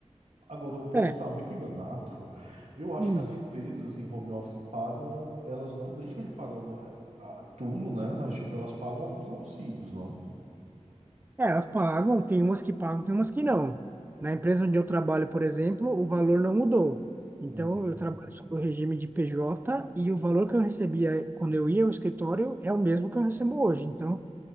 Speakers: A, on the right; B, on the right.
A: Agora, eu posso
B: É.
A: estar muito enganado. Eu acho
B: Hum.
A: que as empresas em home office pagam, elas não deixam de pagar alguma, ah, tudo, né? Mas, tipo, elas pagam alguns auxílios, não?
B: É, elas pagam, tem umas que pagam, tem umas que não. Na empresa onde eu trabalho, por exemplo, o valor não mudou. Então,
A: Uhum,
B: eu trabalho sob o regime de PJ e o valor que eu recebia quando eu ia ao escritório é o mesmo que eu recebo hoje. Então,